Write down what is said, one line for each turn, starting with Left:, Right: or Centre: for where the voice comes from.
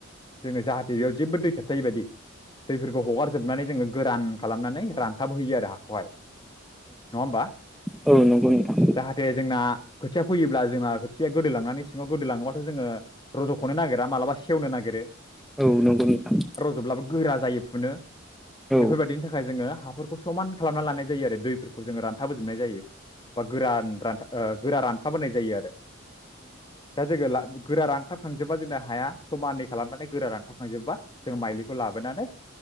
Left: जो जाहाथे बेयाव जेबो दै थाबथाय बदि दैफोरखौ हगारजोबनानै जोङो गोरान खालामनानै रानथाब होयो आरो हाखौहाय नङा हबा
Centre: औ नंगौ नोंथां
Left: जाथे जोंना खोथिया फैयो जोंना खोथिया गोदै लांनानै सिङाव गोदै लाङोबाथ' जोङो रजखनो नागिरा मालाबा सेवनो नागिरो
Centre: औ नंगौ नोंथां
Left: जब्लाबो गोरा जायो फुनो बेफोरबायदिनि
Centre: औ
Left: थाखाय जोङो हाफोरखौ समान खालामना लानाय जायो आरो दैफोरखौ जोङो रानथाबोजोबनाय जायो बा गोरा रथा गोरा रानथाबोनाय जायो आरो दा जोङो गोरा रानथाबखांजोबा जोंना हाया समानानै खालामनानै गोरा रानथाबखांजोबबा जों माइलिखौ लाबोनानै